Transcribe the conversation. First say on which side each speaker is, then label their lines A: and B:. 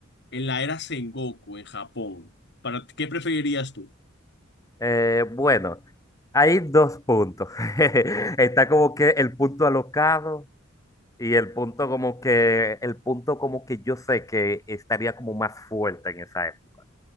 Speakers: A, on the left; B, on the left.
A: en la era Sengoku en Japón? ¿Para qué preferirías tú?
B: Eh, bueno, hay dos puntos. <laughs> Está como que el punto alocado y el punto como que, el punto como que yo sé que estaría como más fuerte en esa época.